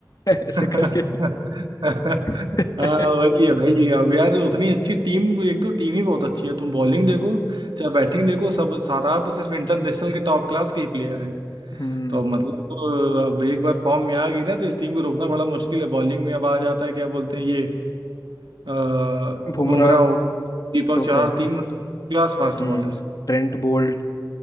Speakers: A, on the left; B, on the right.
A: <laughs> ऐसे
B: <laughs>
A: करके <laughs>
B: हाँ वही है भाई अब यार उतनी अच्छी टीम एक तो टीम ही बहुत अच्छी है तुम बॉलिंग देखो चाहे बैटिंग देखो सब सात आठ तो सिर्फ इंटरनेशनल के टॉप क्लास के ही प्लेयर हैं
A: हम्म
B: तो मतलब तो अब एक बार फॉर्म में आ गई ना तो इस टीम को रोकना बड़ा मुश्किल है बॉलिंग में अब आ जाता है क्या बोलते हैं ये अ,
A: बुमराह
B: बुमराह हो गया दीपक
A: तो
B: चार
A: क्या
B: तीन मतलब क्लास फास्ट
A: हम्म
B: बॉलर
A: Trent Boult